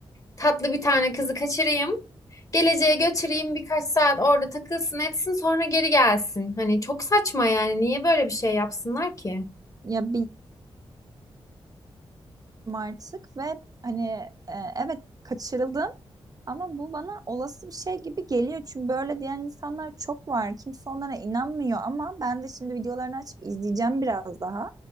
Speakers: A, on the left; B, on the right.
A: Tatlı bir tane kızı kaçırayım. Geleceğe götüreyim birkaç saat orada takılsın etsin sonra geri gelsin. Hani çok saçma yani niye böyle bir şey yapsınlar ki?
B: Ya bilmiyorum artık ve hani e, evet kaçırıldım ama bu bana olası bir şey gibi geliyor. Çünkü böyle diyen insanlar çok var. Kimse onlara inanmıyor ama ben de şimdi videolarını açıp izleyeceğim biraz daha.